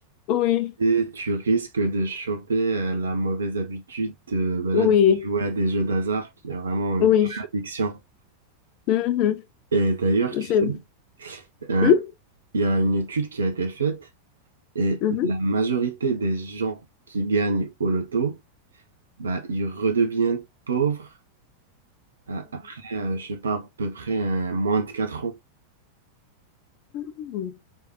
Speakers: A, on the left (about 40°); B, on the right (about 70°).
A: oui,
B: et tu risques de choper euh, la mauvaise habitude de, bah
A: oui,
B: là, de jouer à des jeux d'hasard qui est vraiment une
A: oui.
B: vraie addiction.
A: Mhm.
B: Et d'ailleurs, tu
A: C'est...
B: sais, euh,
A: Hmm
B: il y a une étude qui a été faite et
A: Mhm.
B: la majorité des gens qui gagnent au loto, bah, ils redeviennent pauvres Euh, Après, euh, je sais pas, à peu près euh, moins de quatre ans.
A: Mhm.